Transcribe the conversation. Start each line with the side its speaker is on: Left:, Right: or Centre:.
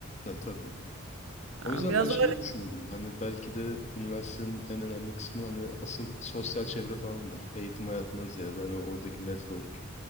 Left: Evet tabii. O
Right: Yani
Left: yüzden
Right: biraz
Left: ben şeyi
Right: öyle
Left: düşündüm. Hani belki de üniversitenin en önemli kısmı hani asıl sosyal çevre falandır. Eğitim hayatından ziyade hani oradaki network